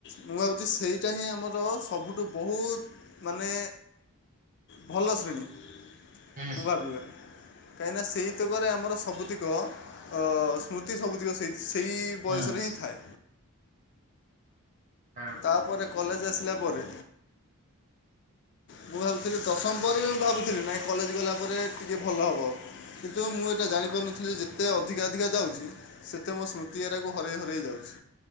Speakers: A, on the left; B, on the right.
A: ମୁଁ ଭାବୁଛି ସେଇଟା ହିଁ ଆମର ସବୁଠୁ ବହୁତ ମାନେ ଭଲ ଶ୍ରେଣୀ
B: ହୁଁ
A: ମୁଁ ଭାବିବାରେ। କାହିଁକିନା ସେଇତକରେ ଆମର ସବୁତିକ ଅ ସ୍ମୃତି ସବୁତିକ ସେଇ ସେଇ ବୟସରେ
B: ହୁଁ
A: ହିଁ ଥାଏ।
B: ହଁ।
A: ତାପରେ କଲେଜ ଆସିଲା ପରେ ମୁଁ ଭାବୁଥିଲି ଦଶମ ପରେ ବି ମୁଁ ଭାବୁଥିଲି ନାଇଁ କଲେଜ ଗଲା ପରେ ଟିକେ ଭଲ ହବ। କିନ୍ତୁ ମୁଁ ଏଇଟା ଜାଣିପାରୁନଥିଲି, ଯେତେ ଅଧିକା ଅଧିକା ଯାଉଛି ସେତେ ମୋ ସ୍ମୃତି ହେରାକୁ ହରେଇ ହରେଇ ଯାଉଛି।